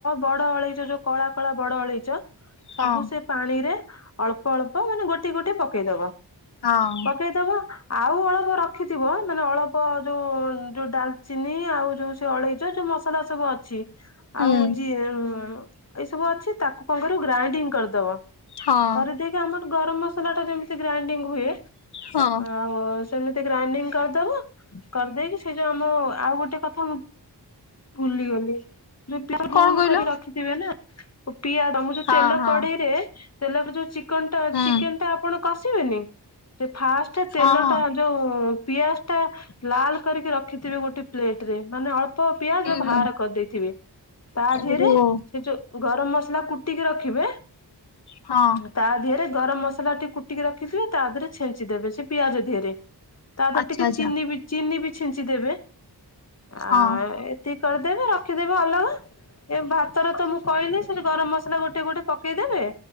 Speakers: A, on the left; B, on the left.
A: ବଡ ଅଳେଇଚ ଯୋଉ କଳା କଳା ବଡ ଅଳେଇଚ
B: ହଁ
A: ସବୁ ସେ ପାଣି ରେ ଅଳ୍ପ ଅଳ୍ପ ମାନେ ଗୋଟିଏ ଗୋଟିଏ ପକେଇଦବ
B: ହଁ
A: ପକେଇଦବ ଆଉ ଅଳ୍ପ ରଖିଥିବ ମାନେ ଅଳ୍ପ ଯୋଉ ଯୋଉ ଡାଲଚିନି ଆଉ ଯୋଉ ସେ ଅଳେଇ ଯୋଉ ଯୋଉ ମସଲା ସବୁ ଅଛି
B: ହୁଁ
A: ଆଉ ଯିଏ ଏଇ ସବୁ ଅଛି ତାକୁ କଣ କରିବ ଗ୍ରାଇଣ୍ଡିଙ୍ଗ କରିଦବ
B: ହଁ
A: କରିଦେଇକି ଆମର ଗରମ ମସଲା ଟା ଯେମ ଗ୍ରାଇଡିଙ୍ଗ ହୁଏ
B: ହଁ
A: ଆଉ ସେମିତି ଗ୍ରାଇଡିଙ୍ଗ କରିଦବ କରିଦେଇକି ସେ ଯୋଉ ଆମ ଆଉ ଗୋଟେ କଥା ମୁ ଭୁଲିଗଲି <unintelligible> ରୁନ
B: କଣ କହିଲ
A: କରି ରଖିଥିବେ ନା ପିଆ ର ଯୋଉ
B: ହଁ
A: ତେଲ
B: ହଁ
A: କଢେଇରେ ତେଲ ରେ ଯୋଉ ଚିକନଟା
B: ହୁଁ
A: ଚିକେନ ଟା ଆପଣ କ ସିବେନି ସେ ଫାଷ୍ଟ ତେଲଟା
B: ହଁ ହଁ
A: ଯୋଉ ପିଆଜ ଟା ଲାଲ କରିକି ରଖିଥିବେ ଗୋଟେ ପ୍ଲେଟ ରେ ମାନେ ଅଳ୍ପ ପିଆଜ
B: ହୁଁ
A: ବାହାର କରିଦେଇଥିବେ ତା
B: ହୁଁ
A: ଦେହରେ
B: ଓହୋ
A: ସେ ଯୋଉ ଗରମ ମସଲା କୁଟିକି ରଖିବେ
B: ହଁ।
A: ତା ଦେହରେ ଗରମ ମସଲା ଟି କୁଟିକି ରଖିଥିବେ ତା ଦେହରେ ଛିଞ୍ଚି ଦେବେ ସେ ପିଆଜ ଦେହରେ। ତା ଦେହରେ
B: ଆଚ୍ଛା
A: ଟିକେ
B: ଆଚ୍ଛା
A: ଚିନି ବି ଚିନି ବି ଛିଞ୍ଚି ଦେବେ
B: ହଁ
A: ଆ ଏତି ଏତି କରିଦେବେ ରଖିଦେବେ ଅଲଗା ଏ ଭାତରେ ତ ମୁଁ କହିଲି ସେ ଗରମ ମସଲା ଗୋଟେ ଗୋଟେ ପକେଇଦେବେ।